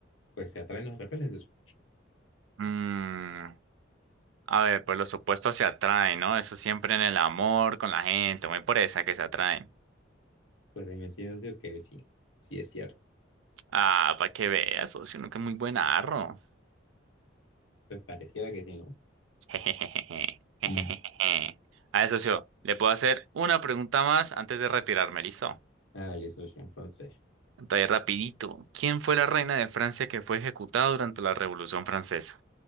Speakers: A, on the left; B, on the right.
A: pues se atraen los repeles, pues,
B: Mm, a ver, pues los opuestos se atraen, ¿no? Eso siempre en el amor, con la gente, muy por esa que se atraen.
A: pues de inmediato decir que sí, sí es cierto.
B: Ah, para que vea, socio, uno que es muy buen arro.
A: Pues pareciera que sí, ¿no?
B: <laughs> Jejejeje, jejejeje.
A: Mm.
B: A ver, socio, le puedo hacer una pregunta más antes de retirarme, ¿listo?
A: Ah, el socio, entonces.
B: Entonces, rapidito. ¿Quién fue la reina de Francia que fue ejecutada durante la Revolución Francesa?